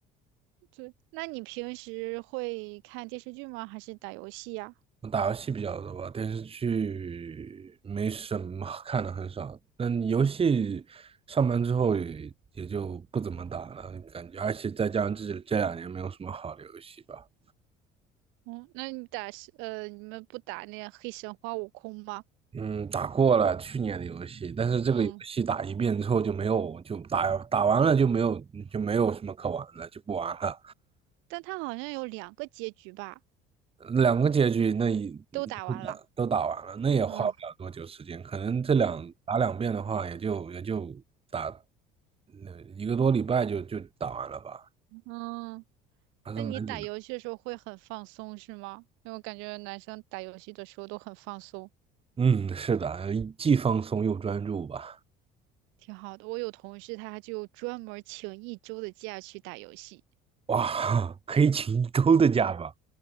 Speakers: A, on the right; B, on the right.
A: 对，那你平时会看电视剧吗？还是打游戏呀？
B: 我打游戏比较多吧，电视剧没什么看的很少。那你游戏上班之后也也就不怎么打了，感觉，而且再加上这这两年没有什么好的游戏吧。
A: 嗯，那你打是呃，你们不打那黑神话悟空吗？
B: 嗯，打过了去年的游戏，但是这个游戏打一遍之后就没有，
A: 嗯，
B: 就打打完了就没有，就没有什么可玩的，就不玩了。
A: 但它好像有两个结局吧。
B: 两个结局那也也都打都打完了，
A: 都打完了。
B: 那也花不了多久时间，
A: 嗯
B: 可能这两打两遍的话，也就也就打那一个多礼拜就就打完了吧，
A: 嗯，
B: 还是蛮简单。
A: 那你打游戏的时候会很放松是吗？因为我感觉男生打游戏的时候都很放松，
B: 嗯，是的，既放松又专注吧。
A: 挺好的。我有同事他就专门请一周的假去打游戏
B: 哇，<laughs> 可以请一周的假吧？